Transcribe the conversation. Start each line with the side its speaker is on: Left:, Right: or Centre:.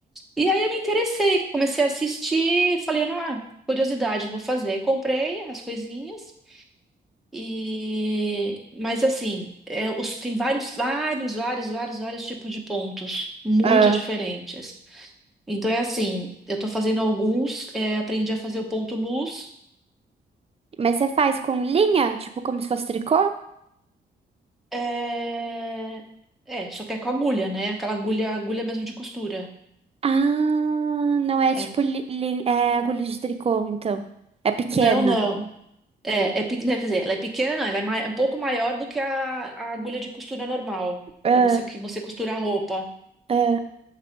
Centre: E aí eu me interessei, comecei a assistir, falei, ah, curiosidade, vou fazer. Aí Comprei as coisinhas e mas assim, é, os- tem vários, vários, vários, vários, vários tipos de pontos muito
Right: Ah.
Centre: diferentes. Então é assim, eu tô fazendo alguns, é, aprendi a fazer o ponto luz.
Right: Mas você faz com linha, tipo como se fosse tricô?
Centre: É... é, só que é com agulha, né? Aquela agulha, agulha mesmo de costura.
Right: Ah, não é
Centre: É,
Right: tipo li, li- é agulha de tricô, então. É pequena.
Centre: não, não. É, é, pe- quer dizer, ela é pequena, ela é mai- um pouco maior do que a, a agulha de costura normal,
Right: Ah,
Centre: para você que você costura a roupa.
Right: ah,